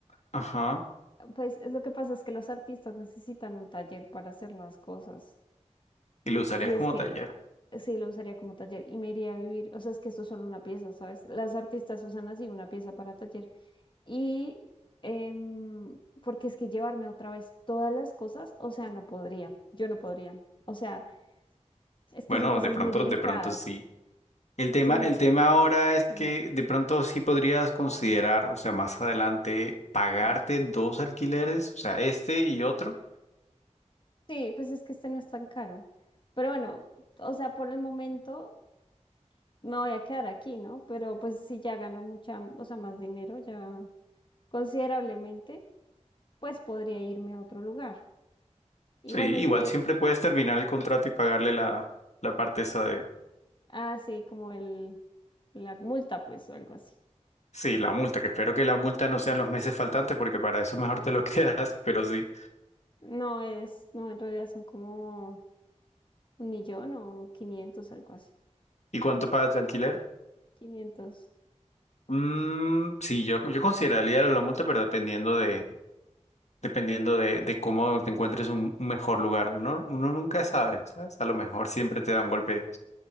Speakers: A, on the left; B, on the left.
A: ajá,
B: pues es lo que pasa es que los artistas necesitan un taller para hacer las cosas.
A: y lo usarías
B: Y es
A: como
B: que
A: taller.
B: sí lo usaría como taller y me iría a vivir. O sea, es que esto es solo una pieza, ¿sabes? Las artistas usan así una pieza para taller. Y em, porque es que llevarme otra vez todas las cosas, o sea, no podría, yo no podría. O sea, es
A: Bueno,
B: que son cosas
A: de pronto,
B: muy delicadas.
A: de pronto sí. El tema,
B: Son
A: el
B: muy...
A: tema ahora es
B: Sí,
A: que de pronto sí podrías considerar, o sea, más adelante, pagarte
B: ajá.
A: dos alquileres, o sea, este y otro.
B: Sí, pues es que este no es tan caro. Pero bueno, o sea, por el momento me voy a quedar aquí, ¿no? Pero pues si ya gano mucha, o sea, más dinero, ya considerablemente, pues podría irme a otro lugar. Igualmente,
A: Sí, igual siempre puedes terminar el contrato y pagarle la, la parte esa
B: es- Ah, sí, como el, la multa, pues, o algo así.
A: Sí, la multa, que espero que la multa no sean los meses faltantes porque para eso mejor te lo <laughs> quedas, pero sí.
B: No es, no, en realidad son como un millón o 500, algo así.
A: ¿Y cuánto pagas de alquiler?
B: 500,
A: Mm, sí, yo, yo consideraría la multa, pero dependiendo de, dependiendo de, de cómo te encuentres un, un mejor lugar. Uno, uno nunca sabe, ¿sabes? A lo mejor siempre te da un golpe